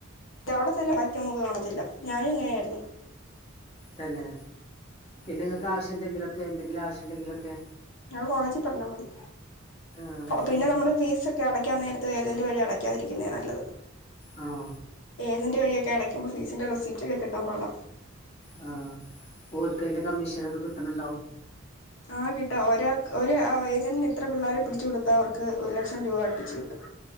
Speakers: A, on the left (about 70°); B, on the left (about 30°).
A: <inaudible> ഞാനും ഇങ്ങനെ ആയിരുന്നു
B: തന്നെ പിന്നെ നിങ്ങൾക്ക് ആവശ്യമുണ്ടെങ്കിലൊക്കെ എന്തെങ്കിലും ആവശ്യമുണ്ടെങ്കിലൊക്കെ
A: ഞാൻ കോളേജിൽ പറഞ്ഞാൽ മതി
B: ആഹ്
A: പിന്നെ നമ്മൾ ഫീസ്- അടക്കാൻ നേരത്ത് ഏജന്റ് വഴി അടക്കാരിതിരിക്കുന്നേ നല്ലത്
B: ആണോ
A: ഏജന്റ് വഴി കടക്കുമ്പോ ഫീസിന്റെ റെസിപ്റ്റ് ഒക്കെ കിട്ടാൻ പാടാ
B: ആ ഓർക്കെ കമ്മീഷൻ ഒക്കെ കിട്ടണുണ്ടാവും
A: ആ കിട്ടാ ഒരു ഒരു ഏജന്റിന് ഇത്ര പിള്ളേരെ പിടിച്ചു കൊടുത്താ അവർക്ക് ഒരു ലക്ഷം രൂപ അടിപ്പിച്ചു കിട്ടും